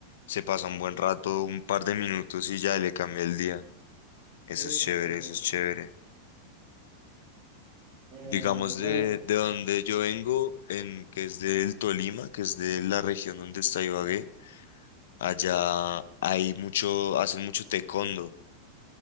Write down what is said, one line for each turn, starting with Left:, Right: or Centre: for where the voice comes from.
Left: se pasa un buen rato, un par de minutos y ya le cambia el día. Eso
Right: Exactamente.
Left: es chévere, eso es chévere.
Right: Eh,
Left: digamos,
Right: bueno,
Left: de, de donde yo vengo, en, que es del Tolima, que es de la región donde está Ibagué, allá hay mucho, hacen mucho taekwondo,